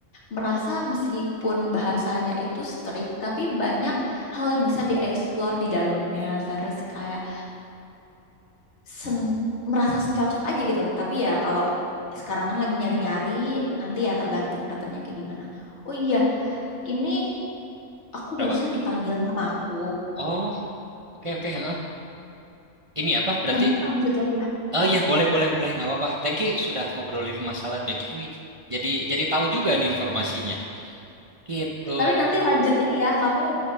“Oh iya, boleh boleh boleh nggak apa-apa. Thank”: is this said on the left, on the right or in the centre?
Right